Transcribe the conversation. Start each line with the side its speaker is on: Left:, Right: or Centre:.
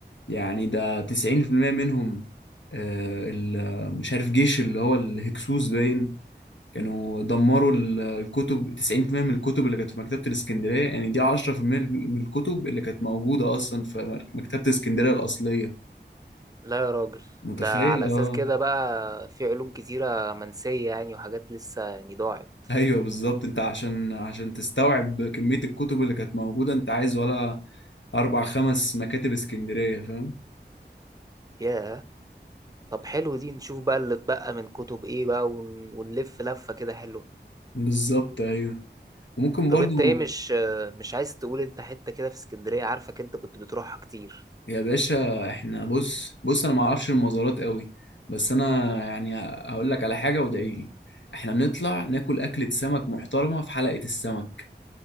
Left: يعني ده 90% منهم آه ال- مش عارف جيش اللي هو الهكسوس باين كانوا دمروا ال- الكتب 90% من الكتب اللي كانت في مكتبة الإسكندرية يعني دي 10% من الكتب اللي كانت موجودة أصلا في مر- مكتبة الإسكندرية الأصلية
Right: لا يا راجل
Left: متخيل؟
Right: ده على أساس
Left: آه
Right: كده بقى في علوم كتيرة منسية يعني وحاجات لسه يعني ضاعت
Left: أيوه بالظبط أنت عشان عشان تستوعب كمية الكتب اللي كانت موجودة أنت عايز ولا أربع خمس مكاتب إسكندرية فاهم؟
Right: ياه طب حلو دي نشوف بقى اللي اتبقى من كتب ايه بقى ون- ونلف لفة كده حلوة
Left: بالظبط أيوه وممكن
Right: طب
Left: برضو
Right: انت ايه مش مش عايز تقول انت حتة كده في اسكندرية عارفك انت كنت بتروحها كتير
Left: يا باشا احنا بص بص انا ما اعرفش المزارات قوي بس انا يعني هقول لك على حاجه وادعي لي احنا نطلع ناكل اكله سمك محترمه في حلقه السمك